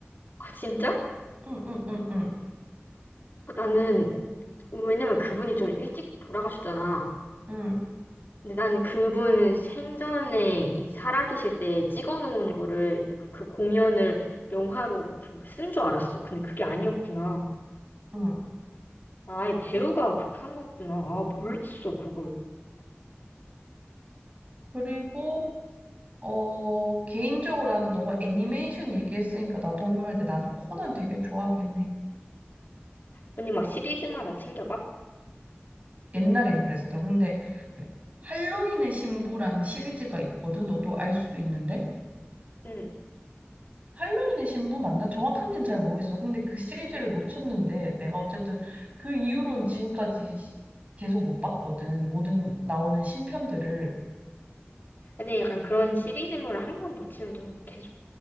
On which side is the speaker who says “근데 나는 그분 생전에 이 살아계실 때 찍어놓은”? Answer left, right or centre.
Left